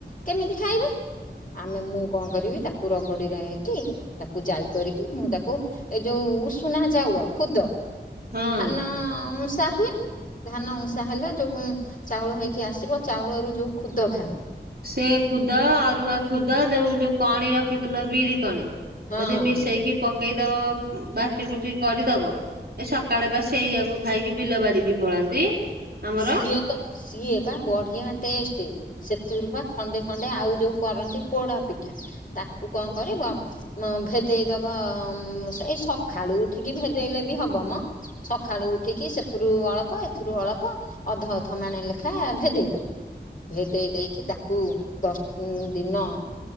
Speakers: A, on the left; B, on the right.
A: କେମିତି ଖାଇବେ? ଆମେ ମୁଁ କଣ କରିବି ତାକୁ ରଗଡି ରା କି ତାକୁ ଯାଇ କରିକି ମୁଁ ତାକୁ ଏ ଯୋଉ ଉଷୁନା ଚାଉଳ ଖୁଦ
B: ହଁ।
A: ଧାନ ଉଁସା ହୁଏ। ଧାନ ଉଁସା ହେଲେ ଯୋଉ ଚାଉଳ ହେଇକି ଆସିବ ଚାଉଳରୁ ଯୋଉ ଖୁଦ ଭାଆରେ
B: ସେ ଖୁଦ ଅରୁଆ ଖୁଦ ଯୋଉ ଯୋଉ କଣି ରଖିଥିଲ ବିରି କଣି
A: ହଁ
B: ଯଦି ମିଶେଇକି ପକେଇଦବ ବାଟି ବୁଟି କରିଦବ ଏ ସକାଳେ ଵା ସେଇଆାକୁ ଖାଇକି ବିଲ ବାଡିକି ପଳାନ୍ତି। ଆମର
A: ସିଏ ତ ସିଏ ପା ବଢିଆ ଟେଷ୍ଟ। ସେତିରୁ ପା ଖଣ୍ଡେ ଖଣ୍ଡେ ଆଉ ଯୋଉ କରନ୍ତି ପୋଡା ପିଠା ତାକୁ କଣ କରିବ ମ ଭେଦେଇ ଦବ ସେଇ ସ ସକାଳୁ ଉଠିକି ଭେଦେଇଲେ ବି ହବ ମ ସକାଳୁ ଉଠିକି ସେଥିରୁ ଅଳପ ଏଥିରୁ ଅଳପ ଅଧ ଅଧ ମାଣେ ଲେଖା ଭେଦେଇଦବ ଭେଦେଇ ଦେଇକି ତାକୁ ଦଶ ଦିନ